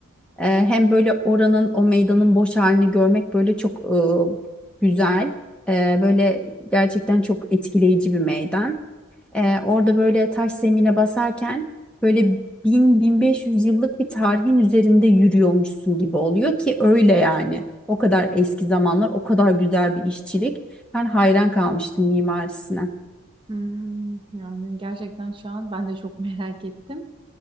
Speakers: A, in the centre; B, on the right.
A: E, hem böyle oranın o meydanın boş halini görmek böyle çok e, güzel. E, böyle gerçekten çok etkileyici bir meydan. E, orada böyle taş zemine basarken böyle bin bin beş yüz yıllık bir tarihin üzerinde yürüyormuşsun gibi oluyor ki öyle yani. O kadar eski zamanlar, o kadar güzel bir işçilik. Ben hayran kalmıştım mimarisine.
B: Hmm, yani gerçekten şu an ben de çok <laughs> merak ettim.